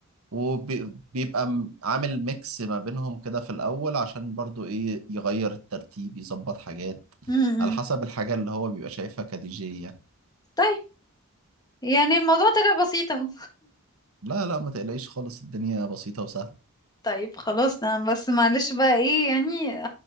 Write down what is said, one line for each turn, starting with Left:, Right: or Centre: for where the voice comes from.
Right: وبيبقى م- عامل ميكس ما بينهم كده في الأول عشان برضو إيه يغير الترتيب يظبط حاجات
Left: امم
Right: على حسب الحاجة اللي هو بيبقى شايفها كدي جي يعني
Left: طيب يعني الموضوع طلع بسيط اهو
Right: لا لا ما تقلقيش خالص الدنيا بسيطة وسهلة
Left: طيب خلاص ده بس معلش بقى ايه يعني